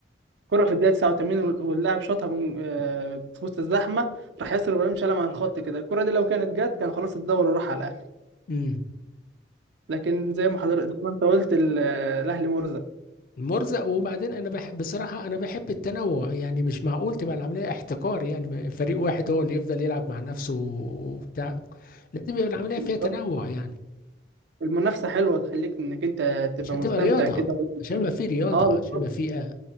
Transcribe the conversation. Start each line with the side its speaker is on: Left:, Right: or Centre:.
Right: كرة في الدقيقة 89 وال- واللاعب شاطها من آه، في وسط الزحمة راح ياسر ابراهيم شالها مع الخط كده الكرة دي لو كانت جت كان خلاص الدوري راح على الاهلي
Left: امم
Right: لكن زي ما حضرتك زي ما انت قلت ال- الاهلي مرزق
Left: مرزق وبعدين انا بحب بصراحه انا بحب التنوع يعني مش معقول تبقى العمليه احتكار يعني ما- فريق واحد هو اللي يفضل يلعب مع نفسه وبتاع لازم يبقى العمليه
Right: بالظبط
Left: فيها تنوع يعني
Right: المنافسه حلوه تخليك انك انت تبقى
Left: عشان
Right: مستمتع
Left: تبقى رياضه
Right: كده
Left: عشان يبقى في رياضه
Right: اه بالظبط
Left: عشان يبقى في آه.